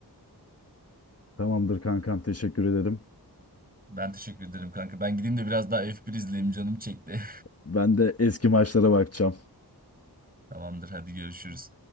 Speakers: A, on the left; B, on the right.
A: Tamamdır kankam, teşekkür ederim.
B: Ben teşekkür ederim kanka. Ben gideyim de biraz daha f bir izleyeyim. Canım çekti.
A: Ben de eski maçlara bakacağım.
B: <laughs> Tamamdır, hadi görüşürüz.